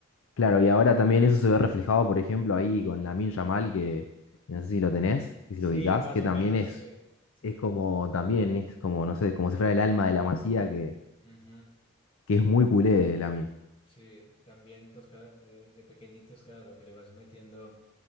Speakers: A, on the left (about 75°); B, on the left (about 25°).
A: claro, y ahora también eso se ve reflejado, por ejemplo, ahí con Lamine Yamal, que que no sé si lo tenés, que si
B: Sí,
A: lo ubicás,
B: más
A: que
B: o
A: también
B: menos,
A: es,
B: sí, sí.
A: es como, también es como, no sé, como si fuera el alma de la Masía, que,
B: Ujú,
A: que es muy culé, Lamine.
B: Sí, también, pues claro, eh, de pequeñitos, claro, lo que le vas metiendo